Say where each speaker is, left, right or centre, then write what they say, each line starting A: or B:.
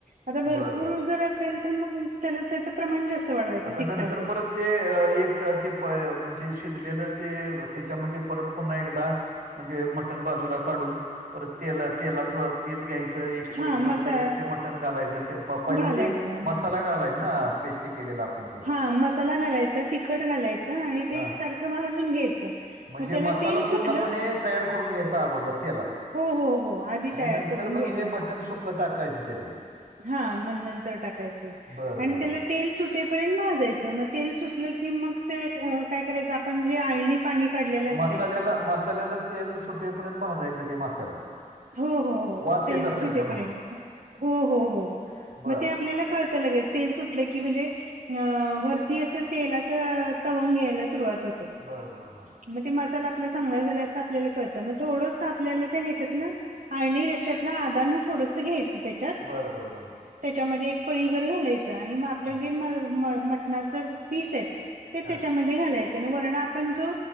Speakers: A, on the right; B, on the right.
A: आता
B: बरं,
A: भरपूर
B: बरं.
A: जर असेल तर मग त्याला त्याच प्रमाण जास्त वाढवायचं
B: आता
A: तिकटाच.
B: नंतर परत ते अ, एक तर ते प म्हणजे शिजलेलं ते त्याच्यामध्ये परत पुन्हा एकदा म्हणजे मटण बाजूला काढून, परत तेला- तेलात तेल घ्यायचं. एक
A: हा
B: पळी परत
A: मसा
B: त्याच्यात ते मटन घालायचं ते पहिलं
A: घालायचं
B: ते मसाला
A: हा
B: घालायच ना पेस्ट केलेला. आपण ते.
A: हा मसाला घालायचा तिखट घालायचं आणि ते
B: हां,
A: एक सारखं भाजून घ्यायचं.
B: म्हणजे
A: म त्याला
B: मसाला
A: तेल सुटलं
B: पूर्णपणे तयार करून घ्यायच अगोदर तेलात.
A: हो हो हो आधी
B: आणि
A: तयार
B: नंतर
A: करून
B: मग
A: घ्यायचा.
B: हे <unintelligible> टाकायचं त्याच्यात.
A: हा मग नंतर टाकायचं,
B: बरं,
A: आणि
B: बरं,
A: त्याला
B: बरं.
A: तेल सुटे पर्यंत भाजायच म तेल सुटल की मग ते काय करायच आपण जे आळणी पाणी काढलेलं असतंय
B: मसाल्याला मसाल्याला तेल सुटेपर्यंत भाजायचे ते मसाले.
A: हो हो हो,
B: वास
A: तेल
B: येत असेल
A: सुटेपर्यंत,
B: का मग?
A: हो हो हो,
B: बरं,
A: म ते आपल्याला कळत लगेच तेल सुटलं की म्हणजे अ वरती असं तेलाच तवंग यायला सुरुवात होत.
B: बरं, बरं, बरं.
A: म ते मसाला आपला चांगाला झालय असं आपल्याला कळतं मग थोडंस आपल्याला त्या ह्याच्यातल आळणी रेषेतलं आदान थोडसं घ्यायचं त्याच्यात
B: बरं बरं बरं.
A: त्याच्यामध्ये एक पळीभर घालायचं आणि म आपलं
B: हां
A: जे म- म - मटणाच पीस आहेत. ते
B: हां
A: त्याच्यामध्ये घालायचं आणि वरण आपण जो,